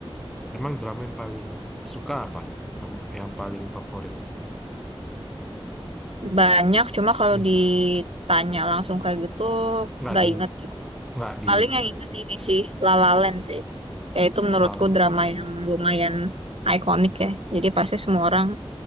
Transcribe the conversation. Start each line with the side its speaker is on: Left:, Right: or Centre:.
Centre: emang drama yang paling suka apa yang yang paling favorit
Right: Banyak cuma kalau
Centre: Hmm.
Right: ditanya langsung kayak gitu
Centre: nggak
Right: nggak
Centre: di
Right: inget.
Centre: nggak di
Right: Paling yang inget ini sih La La Land sih. Ya itu menurutku
Centre: eh,
Right: drama yang lumayan ikonik ya. Jadi pasti semua orang